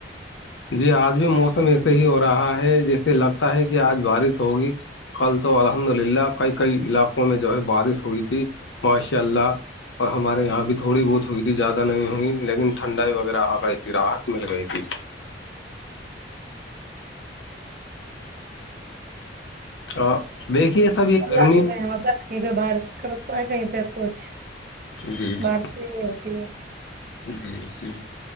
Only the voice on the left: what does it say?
جی آج بھی موسم ایسے ہی ہو رہا ہے جیسے لگتا ہے کہ آج بارش ہوگی کل تو الحمد للہ کئی کئی علاقوں میں جو ہے بارش ہوئی تھی ماشاء اللہ اور ہمارے یہاں بھی تھوڑی بہت ہوئی تھی زیادہ نہیں ہوئی لیکن ٹھنڈائی وغیرہ آ گئی تھی راحت مل گئی تھی ا دیکھیے سب یہ
گرمی
جی جی
جی جی